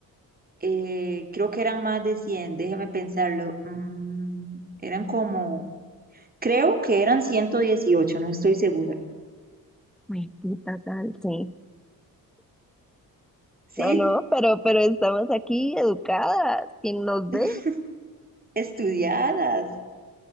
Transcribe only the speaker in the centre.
Uy, puta sal. Sí.
No, no, pero, pero estamos aquí educadas. ¿Quién nos ve?